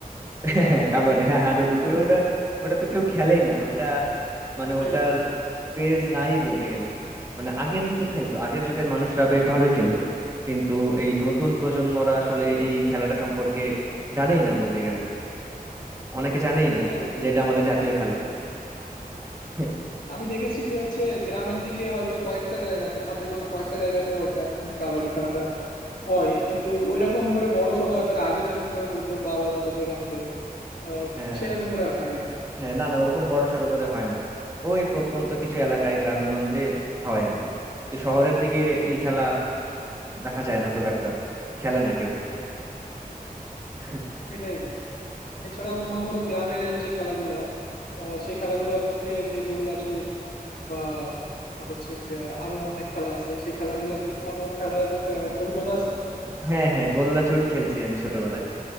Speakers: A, on the left; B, on the right.
A: কিন্তু
B: <laughs> হ্যাঁ,
A: তারপরেও
B: কাবাডি হ্যাঁ হাডুডু
A: আহ,
B: ওটা ওটা তো কেউ খেলেই না ওটা মানে
A: সেইটাই
B: ওটার ক্রেজ নাই বলতে গেলে মানে আগের যুগে খেলতো আগের যুগের মানুষরা বেশ ভালোই খেলতো কিন্তু এই নতুন
A: হুম,
B: প্রজন্মরা আসলে এই খেলাটা সম্পর্কে জানেই না বলতে গেলে অনেকে জানেই
A: সেটাই
B: না
A: বন্ধু
B: যে এটা আমাদের জাতীয় খেলা <laughs>
A: আমি দেখেছি যে হচ্ছে গ্রামের দিকে হয়তো কয়েকটা জায়গাতে হাতে গোনা কয়েকটা জায়গাতে হয়তো এখন ওই কাবাডি খেলাটা হয় কিন্তু ওইরকম করে বড় সড়ো আকারে আগে যেমন করে হয়তো বাবা দাদাদের আমলে আহ
B: হ্যাঁ
A: সেরকম করে আর হয় নাই
B: হ্যাঁ না না ওরকম বড় সড়ো করে হয় না ওই প্রত্যন্ত কিছু এলাকায় গ্রামে গঞ্জে হয় আর কি তো শহরের দিকে এই খেলা দেখা যায় না খুব একটা খেলে না কেউ <laughs>
A: সেটাই বন্ধু এছাড়াও তোমার ধরো গ্রামের যে খেলাগুলা আহ সেই খেলাগুলোর মধ্যে যে গোল্লা বা তোমার হচ্ছে গিয়া আরো অনেক খেলা আছে সেই খেলাগুলা কি তোমার কোনো খেলার আহ, অভিজ্ঞতা আছে নাকি
B: হ্যাঁ হ্যাঁ গোল্লা ছুট খেলছি আমি ছোটবেলায়